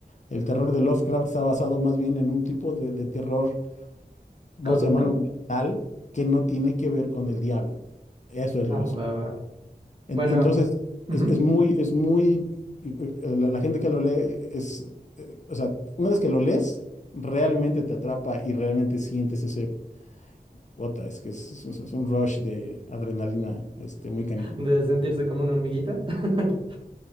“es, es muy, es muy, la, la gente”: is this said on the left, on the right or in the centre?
Left